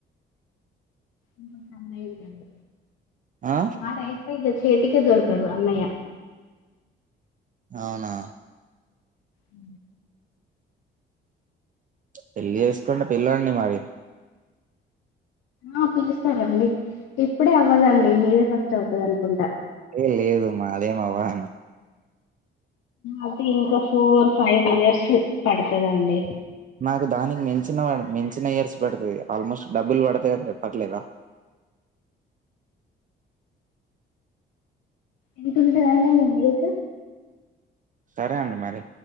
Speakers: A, on the left; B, on the right.
A: ఇకా సమయంంటదు
B: ఆ
A: వాడు అయితే <unintelligible> చేతికి దొరుకడు అన్నయ్య
B: అవునా
A: అ
B: పెళ్ళి చేసుకుంటే పిల్లాడిని మరి
A: ఆ పిలుస్తారంండి ఇప్పుడే అవ్వదాండి మీరే అవుతది అనుకుంటా
B: ఏ లేదు మాది ఏేమవా
A: అది ఇంకా ఫోర్ ఫైవ్ ఇయర్స్ పడుతుదండి
B: నాకు దానికి మించిన మించిన ఇయర్స్ పెడుతుంది ఆల్మోస్ట్ డబ్బులు పడతాయని చెప్పట్లేదా
A: ఎతుంటారండి మీంగ్ేజ
B: సరే అండి మరి